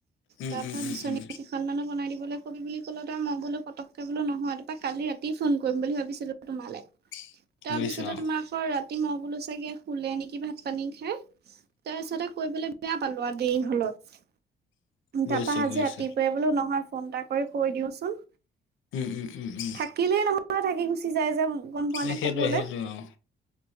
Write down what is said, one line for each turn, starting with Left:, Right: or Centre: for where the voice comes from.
Left: উম
Right: তাৰপা
Left: উম উম
Right: বিচনী
Left: উম
Right: এখন মানো বনাই দিবলৈ কবি বুলি ক'লো তই মই বোলো পটকৈ বোলো নয় তাৰপৰা কালি ৰাতি ফোন কৰিম বুলি ভাবিছিলো তোমালে।
Left: <inaudible>
Right: তাৰপিছতে
Left: অ
Right: তোমাৰাকৰ ৰাতি ম বোলো চাগে খুলে নেকি ভাত পানী খাই তাৰপিছতে কৈ পেলাই বেয়া পালো আৰু দেৰি হলত।
Left: বুজিছো
Right: তাৰাপা আজি
Left: বুজিছো
Right: ৰাতিপুৱাই বোলো নহয় ফোন এটা কৰি কৈ দিওঁচোন।
Left: ওম ওম ওম ওম।
Right: থাকিলেই নহয় থাকি গুচি যায় যে গম পোৱা
Left: এ
Right: নে
Left: সেইটোৱে
Right: কবলৈ।
Left: সেইটোৱে অ